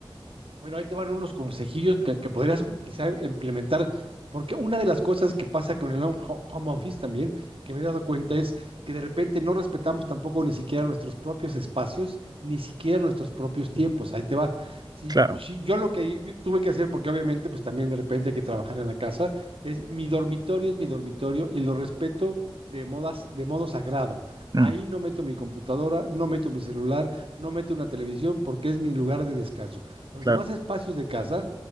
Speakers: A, on the right; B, on the right.
A: Bueno, ahí te van unos consejillos que, que podrías quizá implementar, porque una de las cosas que pasa con el home, home office también, que me he dado cuenta, es que de repente no respetamos tampoco ni siquiera nuestros propios espacios, ni siquiera nuestros propios tiempos. Ahí te va. Si,
B: Claro,
A: si yo lo que tuve que hacer, porque obviamente pues también de repente hay que trabajar en la casa, es mi dormitorio es mi dormitorio y lo respeto de modas, de modo sagrado.
B: mm,
A: Ahí no meto mi computadora, no meto mi celular, no meto una televisión porque es mi lugar de descanso. Los
B: claro,
A: demás espacios de casa